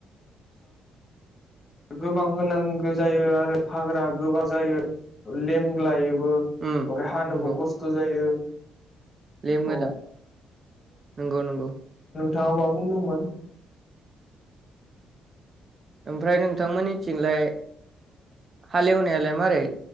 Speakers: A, on the left; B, on the right.
A: गोबां होनांगो जायो आरो हाग्रा गोबां जायो लेमग्लायो बो ओमफ्राय
B: उम
A: हानोबो
B: नंगौ
A: खस्थ' जायो <inaudible>
B: लेमो दा नंगौ नंगौ
A: दा मा बुंदोंमोन
B: ओमफ्राय नोंथांमोननिथिंलाय हालेवनायालाय मारै